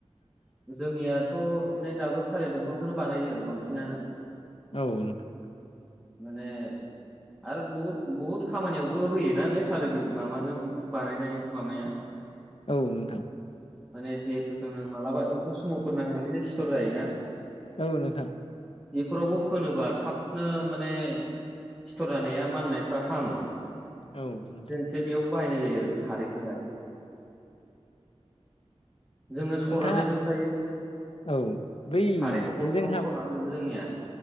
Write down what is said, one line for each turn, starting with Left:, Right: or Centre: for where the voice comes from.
Centre: जोंनियाथ' माने दाबो थालिर दंफांखौनो बानायो बांसिनानो
Left: औ नोंथां
Centre: माने आरो बहुद बहुद खामानियावबो होयोना बे थालिर माबाजों बानायनाय मामाया
Left: औ नोंथां
Centre: माने जिहेथु जोङो मालाबा एम्फौ सुमुफोर नांनानै जे सिथर जायो ना?
Left: औ नोंथां
Centre: बेफोरावबो फोनोबा थाबनो माने सिथर जानाया माननायफ्रा हामो
Left: औ नोंथां
Centre: जोंसो बेयाव बाहायनाय जायो आरो बे खारैखौहाय जोङो सरनानै
Left: नोंथाङा
Centre: दोनखायो <inaudible>
Left: औ बै
Centre: खारैखौ
Left: जे
Centre: बथलाव
Left: जोंहा
Centre: सरनानै दोनो जोंनिया